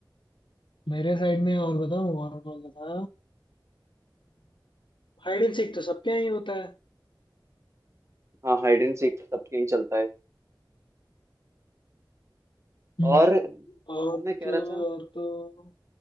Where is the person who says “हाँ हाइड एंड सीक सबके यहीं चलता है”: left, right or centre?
Right